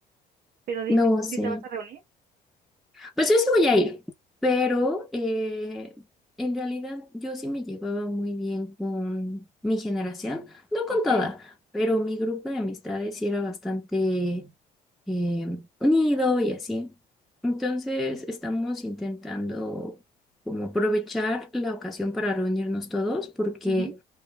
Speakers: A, on the right; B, in the centre.
A: Pero dime,
B: no
A: ¿tú
B: sé.
A: sí te vas a reunir?
B: Pues yo sí voy a ir, pero eh, en realidad yo sí me llevaba muy bien con mi generación, no con
A: Ok.
B: toda, pero mi grupo de amistades sí era bastante eh, unido y así. Entonces estamos intentando como aprovechar la ocasión para reunirnos todos porque...
A: ujú.